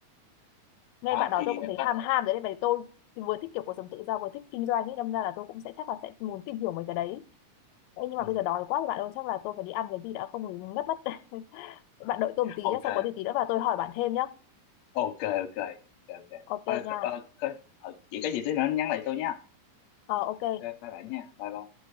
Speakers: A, on the left (about 85°); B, on the left (about 70°).
A: nghe
B: đó
A: bạn đó
B: thì
A: tôi cũng thấy
B: có
A: ham
B: thể
A: ham đấy vậy tôi thì vừa thích kiểu cuộc sống tự do vừa thích kinh doanh ấy đâm ra là tôi cũng sẽ chắc là sẽ muốn tìm hiểu mấy cái đấy Ê, nhưng mà
B: ừ,
A: bây giờ đói quá thì bạn ơi chắc là tôi phải đi ăn cái gì đã không thì ngất mất <laughs> bạn đợi tôi một tí
B: ok
A: nhé sau có gì tí nữa và tôi hỏi bạn thêm nhé
B: ok ok ok ok
A: ok
B: Ờ,
A: nha
B: ờ, có- ờ, vậy có gì tí nữa nhắn lại tôi nha
A: ờ ok
B: ok bye bye nha bye bye